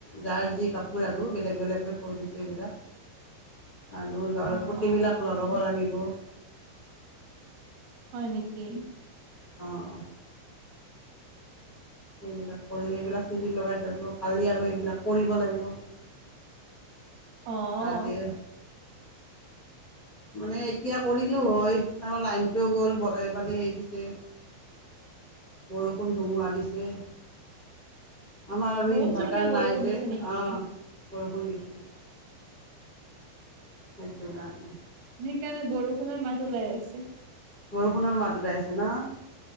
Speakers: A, on the left; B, on the right.
A: যাৰ যি কাপোৰ আৰু বেলেগ বেলেগকৈ থৈ দিছোঁ এইবিলাক। আৰু ধৰ
B: অ',
A: পতি
B: অ',
A: বিলাক
B: অ',
A: লগাব
B: অ',
A: লাগিব।
B: হয় নেকি?
A: অ', অ', এইবিলাক কৰি এইবিলাক চিজিক লগাই থৈ দিব কালি আৰু এইবিলাক কৰিব লাগিব
B: অ',
A: ৰাতিয়ে
B: <inaudible>
A: মানে এতিয়া কৰিলো হয় এওঁ লাইনটোও গ'ল <unintelligible> দিছে।
B: <inaudible>
A: বৰষুণ-ধুমুহা দিছে। আমাৰ আৰু
B: বহুত
A: ইনভাৰ্টাৰ
B: জোৰকে বৰষুণ
A: নাই যে
B: দিছে নেকি?
A: অ, বৰষুণ দিছে। সেইটো কাৰণে।
B: সেইকাৰণে বৰষুণৰ মাত ওলাই আছে।
A: বৰষুণৰ মাত ওলাই আছে ন'?